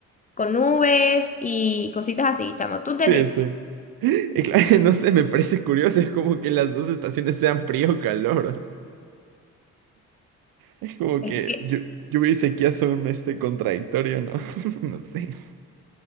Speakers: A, on the left (about 20°); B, on the right (about 60°).
A: con nubes y cositas así, chamo. ¿Tú entendiste?
B: Sí, sí. Y claro, <laughs> no sé, me parece curioso, es como que las dos estaciones sean frío o calor. <laughs> Es como
A: Es
B: que
A: que,
B: llu- lluvia y sequía son este contradictorio, ¿no? <laughs> No sé.